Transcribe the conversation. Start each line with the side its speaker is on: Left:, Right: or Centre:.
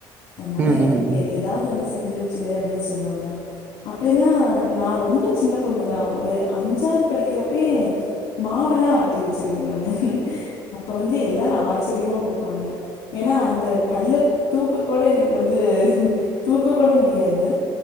Left: அதனால
Right: ம், ம், ம்.
Left: ஏதாவது ஒன்னு செஞ்சு வச்சுரு அப்டின்னு சொல்லுவாங்க அப்ப எல்லா நா ரொம்ப சின்ன பொண்ணுதா ஒரு அஞ்சாவது படிக்கிறப்ப மாவெல்லா ஆட்டி வச்சிருவே நா அப்ப வந்து எல்லாரு ஆச்சரியமா பப்பாங்க ஏன்னா அந்த கல்ல தூக்க கூட எனக்கு வந்து தூக்க கூட முடியாது